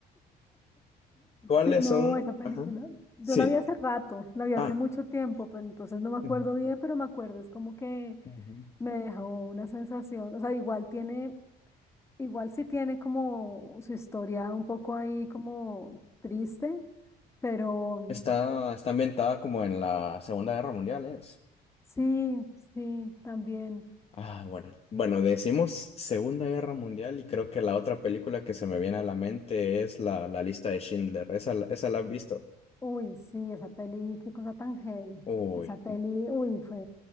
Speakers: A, on the left; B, on the left.
A: ¿Cuáles
B: Sí, no,
A: son?
B: esa película,
A: Ajá.
B: yo
A: Sí.
B: la vi hace rato, la vi hace
A: Ah.
B: mucho tiempo, pero entonces no me acuerdo
A: ujú,
B: bien, pero me acuerdo, es como que
A: ujú.
B: me dejó una sensación, o sea, igual tiene, igual sí tiene como su historia un poco ahí como triste, pero,
A: Está, está ambientada como en la Segunda Guerra Mundial, ¿es?
B: Sí, sí, también.
A: Ah, bueno. Bueno, decimos Segunda Guerra Mundial y creo que la otra película que se me viene a la mente es la, la lista de Schindler. ¿Esa, la- esa la has visto?
B: Uy, sí, esa peli, qué cosa tan heavy.
A: Uy,
B: Esa peli, uy, fue